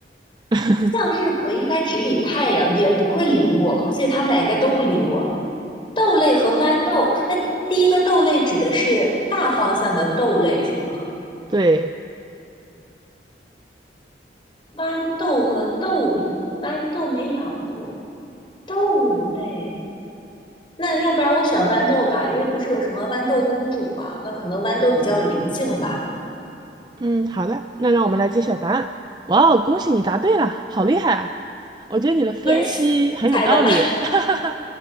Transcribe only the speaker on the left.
向日葵应该只理太阳，也不会理我，所以他们俩应该都不理我。豆类和豌豆，那第一个豆类指的是大方向的豆类是吗？
豌豆和豆类，豌豆没养过，豆类。那要不然我选豌豆吧，因为不是有什么豌豆公主嘛，那可能豌豆比较有灵性吧。
Yes，猜的，